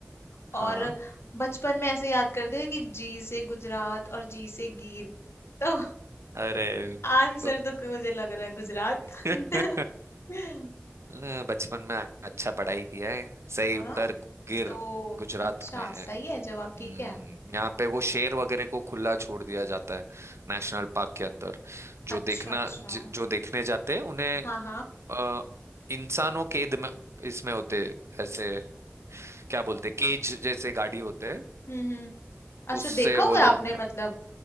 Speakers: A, on the left (about 70°); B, on the right (about 85°).
A: और
B: हाँ
A: बचपन में ऐसे याद करते हैं कि जी से गुजरात और जी से गीर तो
B: अरे
A: आंसर
B: तो
A: तो मुझे लग रहा है गुजरात <laughs>
B: <laughs>
A: है
B: अ, बचपन में अच्छा पढ़ाई किया है सही उत्तर
A: ना
B: गिर
A: तो
B: गुजरात
A: अच्छा
B: में है
A: सही है जवाब
B: हम्म,
A: ठीक है
B: यहाँ पे वो शेर वगैरह को खुला छोड़ दिया जाता है नेशनल पार्क के अंदर जो
A: अच्छा
B: देखना
A: अच्छा
B: ज, जो देखने जाते हैं उन्हें
A: हाँ हाँ
B: अ, इंसानों केद में इसमें होते हैं, ऐसे क्या बोलते हैं, केज जैसे गाड़ी होते हैं
A: हम्म हम्म अच्छा
B: उससे
A: देखा हुआ
B: वो लोग
A: है आपने मतलब